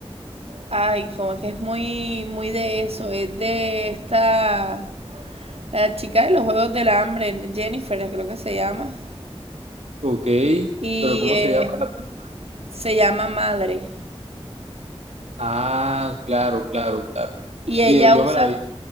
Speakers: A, on the right; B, on the right.
A: ay, como que es muy, muy de eso, es de esta, la chica de los Juegos del Hambre, Jennifer creo que se llama,
B: Ok,
A: y
B: pero ¿cómo
A: eh,
B: se llama la película?
A: se llama Madre,
B: Ah, claro, claro, claro.
A: y
B: Sí,
A: ella
B: yo, yo
A: usa
B: me la vi.